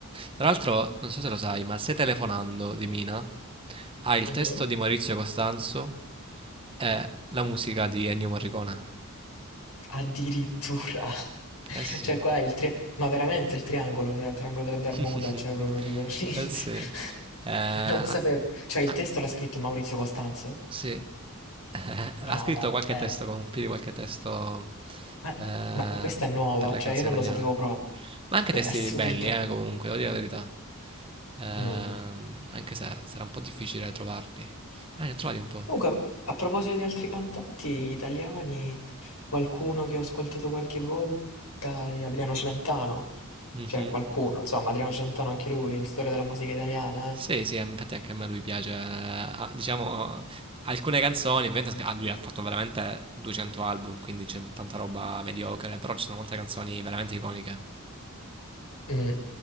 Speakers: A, on the right (about 25°); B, on the left (about 80°).
A: Tra l'altro, non so se lo sai, ma Se telefonando di Mina ha il
B: sento.
A: testo di Maurizio Costanzo e la musica di Ennio Morricone.
B: Addirittura. <laughs>
A: Eh sì.
B: Cioè qua il tri- ma veramente il triangolo, cioè il triangolo delle Bermuda,
A: <laughs>
B: cioè proprio dico <laughs>
A: Eh sì. Eh, ah,
B: Non sapevo. Cioè il
A: ah,
B: testo l'ha scritto Maurizio Costanzo?
A: sì. <laughs> ha
B: No,
A: scritto
B: vabbè.
A: qualche testo, con- più di qualche testo
B: Ma,
A: eh,
B: ma questa è nuova,
A: per le
B: cioè
A: canzoni
B: io non lo
A: italiane.
B: sapevo proprio. <laughs>
A: Ma anche
B: È
A: testi
B: assurdo.
A: belli, eh, comunque, devo dire la verità. Ehm,
B: Mm.
A: anche se sarà un po' difficile trovarli. Ah, ne ho trovati un po'.
B: Comunque, a proposito di altri cantanti italiani, qualcuno che ho ascoltato qualche volta è Adriano Celentano.
A: Mhm.
B: Cioè qualcuno, insomma, Adriano Celentano anche lui, la storia della musica italiana.
A: Sì,
B: eh.
A: sì, eh, infatti anche a me lui piace. Ah, diciamo, alcune canzoni, ovviamente, ah, lui ha fatto veramente 200 album, quindi c'è tanta roba mediocre, però ci sono molte canzoni veramente iconiche.
B: Mh.